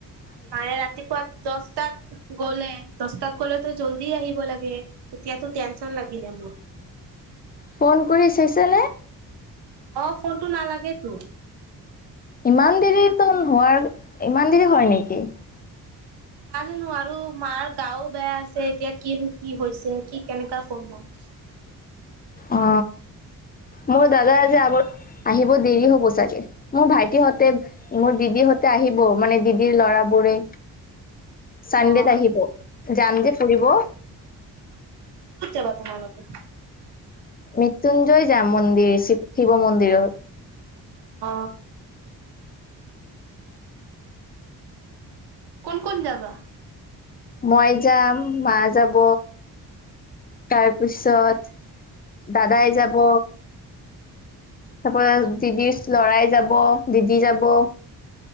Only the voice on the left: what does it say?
ফোন কৰি চাইছে নে?
ইমান দেৰিতো নোৱাৰ ইমান দেৰি হয় নেকি?
অ মোৰ দাদা আজি আগ আহিব দেৰি হ'ব চাগে, মোৰ ভাইটি হহঁতে মোৰ দিদিৰ হতে আহিব মানে দিদিৰ ল'ৰাবোৰে চানডেত
আহিব, যাম যে ফুৰিব।
মৃত্যুঞ্জয় যাম মন্দিৰি, শিৱ মন্দিৰৰ।
মই যাম, মা যাব, তাৰপিছত দাদাই যাব, তাৰপ দিদিৰ ল'ৰাই যাব, দিদি যাব,